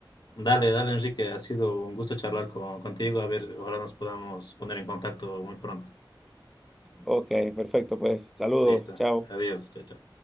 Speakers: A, on the left; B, in the centre.
A: Dale, dale, Enrique. Ha sido un gusto charlar con- contigo. A ver, ojalá nos podamos poner en contacto muy pronto.
B: Ok, perfecto, pues saludos,
A: Listo.
B: chao.
A: Adiós. Chao, chao.